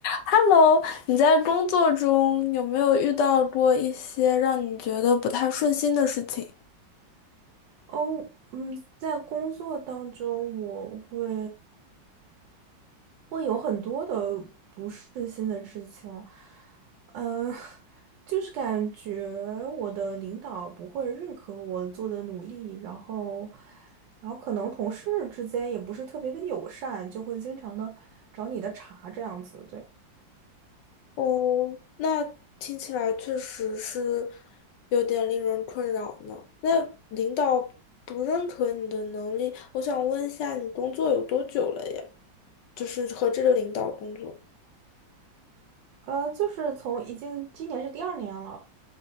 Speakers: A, on the left; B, on the right.
A: Hello，你在工作中有没有遇到过一些让你觉得不太顺心的事情？
B: 哦，嗯，在工作当中，我会会有很多的不顺心的事情，嗯、<laughs> 就是感觉我的领导不会认可我做的努力，然后，然后可能同事之间也不是特别的友善，就会经常的找你的茬这样子，对，
A: 哦，那听起来确实是有点令人困扰呢。那领导不认可你的能力，我想问一下，你工作有多久了呀？就是和这个领导工作
B: 呃，就是从已经今年是第二年了，